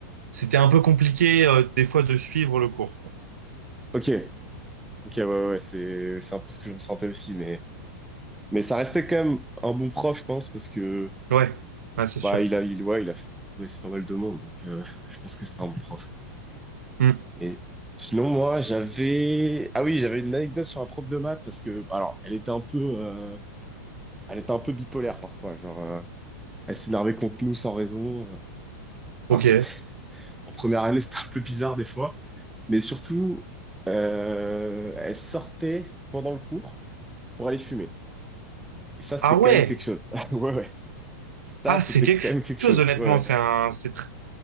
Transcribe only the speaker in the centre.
Ok, ok, ouais, ouais, ouais, c'est, c'est un peu ce que je ressentais aussi, mais Mais ça restait quand même un bon prof, je pense, parce que
bah
il a il ouais, il a fait progresser pas mal de monde, donc euh, je pense que c'était un bon prof.
Mais sinon moi j'avais ah oui j'avais une anecdote sur un prof de maths parce que bah, alors elle était un peu euh, elle était un peu bipolaire parfois, genre euh, elle s'énervait contre nous sans raison.
Enfin c'était en première année c'était un peu bizarre des fois, mais surtout euh, elle sortait pendant le cours pour aller fumer. Et ça c'était
quand même quelque chose. <laughs> Ouais ouais ça
c'était
quand même quelque
chose.
Ouais
ouais.